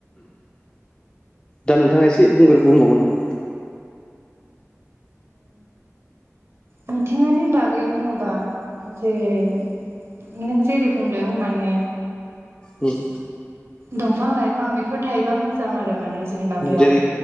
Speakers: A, on the left; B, on the right.
A: दा नोंथाङा एसे बुंग्रो बुंबावगोन नामा
B: मिथिंगानि बागै बुङोबा जेरै नों जेरै बुंदों माने
A: ओं
B: दंफां लाइफां बेफोर थायोबा मोजां आरो माने जोंनि माबायाव
A: जेरै